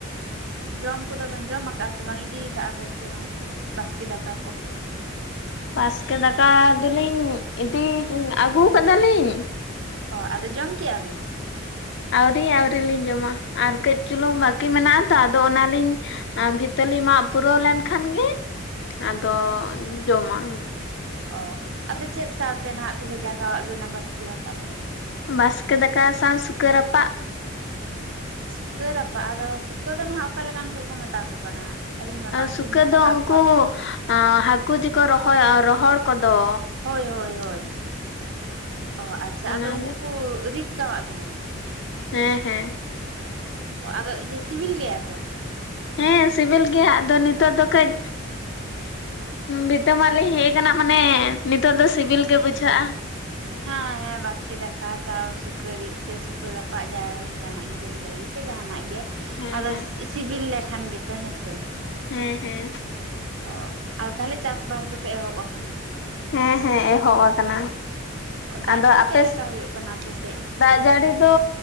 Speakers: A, on the right; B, on the left.
A: ᱡᱚᱢ ᱠᱚᱫᱚ ᱵᱮᱱ ᱡᱚᱢ ᱟᱠᱟᱜᱼᱟ ᱥᱮ ᱵᱟᱝ ᱤᱫᱤᱠᱟᱜᱼᱟ? ᱵᱮᱱ ᱥᱮ ᱵᱟᱝ ᱵᱟᱥᱠᱮ ᱫᱟᱠᱟ ᱠᱚ?
B: ᱵᱟᱥᱠᱮ ᱫᱟᱠᱟ ᱫᱚᱞᱤᱧ ᱤᱫᱤ ᱟᱹᱜᱩ ᱟᱠᱟᱫᱟᱞᱤᱧ᱾
A: ᱚ ᱟᱫᱚ ᱡᱚᱢ ᱠᱮᱜᱼᱟ, ᱵᱤᱱ?
B: ᱟᱹᱣᱨᱤ ᱟᱹᱣᱨᱤ ᱞᱤᱧ ᱡᱚᱢᱟ ᱟᱨ ᱠᱟᱹᱡ ᱪᱩᱞᱩᱝ ᱵᱟᱹᱠᱤ ᱢᱮᱱᱟᱜ ᱛᱚ ᱟᱫᱚ ᱚᱱᱟᱞᱤᱧ ᱵᱷᱤᱛᱟᱞᱤ ᱢᱟᱜ ᱯᱩᱨᱟᱹᱣ ᱞᱮᱱᱠᱷᱟᱱ ᱜᱮ, ᱟᱫᱚ ᱡᱚᱢᱟ᱾
A: ᱚ ᱟᱫᱚ ᱪᱮᱫ ᱥᱟᱶᱛᱮ ᱱᱟᱦᱟᱜ ᱠᱚ ᱵᱷᱮᱡᱟ ᱠᱟᱜ ᱵᱮᱱᱟ ᱵᱟᱥᱠᱮ ᱫᱟᱠᱟ ᱫᱚ?
B: ᱵᱟᱥᱠᱮ ᱫᱟᱠᱟ ᱥᱟᱶ ᱥᱩᱠᱟᱹ ᱨᱟᱯᱟᱜ᱾
A: ᱥᱩᱠᱟᱹ ᱨᱟᱯᱟᱜ, ᱟᱫᱚ ᱥᱩᱠᱟᱹ ᱫᱚ ᱱᱟᱦᱟᱜ ᱚᱠᱟ ᱞᱮᱠᱟᱱ ᱠᱚ ᱠᱚ ᱢᱮᱛᱟ ᱠᱚ ᱠᱟᱱᱟ? ᱟᱹᱞᱤᱧ ᱢᱟ ᱵᱟᱝᱞᱤᱧ
B: ᱥᱩᱠᱮ
A: ᱧᱮᱞ
B: ᱫᱚ
A: ᱟᱠᱟᱫ
B: ᱩᱱᱠᱩ
A: ᱠᱚᱣᱟ
B: ᱦᱟᱹᱠᱩ ᱡᱮᱠᱚ ᱨᱚᱦᱚ ᱨᱚᱦᱚᱲ ᱠᱚᱫᱚ
A: ᱦᱳᱭ ᱦᱳᱭ ᱦᱳᱭ, ᱚ ᱟᱪᱪᱷᱟ
B: ᱚᱱᱟᱜᱮ
A: ᱟᱫᱚ ᱩᱱᱠᱩ ᱠᱚ ᱨᱤᱫ ᱠᱟᱫ ᱵᱤᱱᱟ?
B: ᱦᱮᱸ, ᱦᱮᱸ᱾
A: ᱚ ᱟᱫᱚ ᱤᱭᱟᱹ ᱥᱤᱵᱤᱞ ᱜᱮᱭᱟ ᱠᱚ?
B: ᱦᱮᱸ ᱥᱤᱵᱤᱞ ᱜᱮᱭᱟ, ᱟᱫᱚ ᱱᱤᱛᱚᱜ ᱫᱚ ᱠᱟᱹᱡᱽ ᱵᱤᱛᱟᱹ ᱢᱟᱜᱞᱤ ᱦᱮᱡ ᱟᱠᱟᱱᱟ, ᱢᱟᱱᱮ ᱱᱤᱛᱚᱜ ᱫᱚ ᱥᱤᱵᱤᱞ ᱜᱮ ᱵᱩᱡᱷᱟᱹᱜᱼᱟ᱾
A: ᱦᱮᱸ ᱦᱮᱸ ᱵᱟᱥᱠᱮ ᱫᱟᱠᱟ ᱥᱟᱶ ᱥᱩᱠᱟᱹᱨᱤᱫ ᱥᱮ ᱥᱩᱠᱟᱹᱨ ᱨᱟᱯᱟᱜ ᱡᱟᱭᱦᱳᱠ ᱡᱟᱦᱟᱱᱟᱜ ᱜᱮᱵᱮᱱ ᱞᱟᱹᱭ᱾ ᱥᱮ ᱡᱟᱦᱟᱱᱟᱜ ᱜᱮ
B: ᱦᱮᱸ
A: ᱟᱫᱚ
B: ᱦᱮᱸ
A: ᱥᱤᱵᱤᱞ ᱞᱮᱠᱷᱟᱱ ᱜᱮᱛᱚ ᱦᱮᱸᱥᱮ
B: ᱦᱮᱸ ᱦᱮᱸ
A: ᱚ ᱟᱨ ᱛᱟᱦᱚᱞᱮ ᱪᱟᱥᱵᱟᱥ ᱫᱚᱯᱮ ᱮᱦᱚᱯ ᱠᱟᱱᱟ
B: ᱦᱮᱸ ᱦᱮᱸ ᱮᱦᱚᱵ ᱟᱠᱟᱱᱟ
A: ᱫᱟᱜ
B: ᱟᱫᱚ
A: ᱡᱟᱹᱲᱤ
B: ᱟᱯᱮ
A: ᱪᱮᱫ ᱞᱮᱠᱟ ᱦᱩᱭᱩᱜ ᱠᱟᱱᱟ ᱟᱯᱮ ᱥᱮᱫ?
B: ᱫᱟᱜ ᱡᱟᱹᱲᱤ ᱫᱚ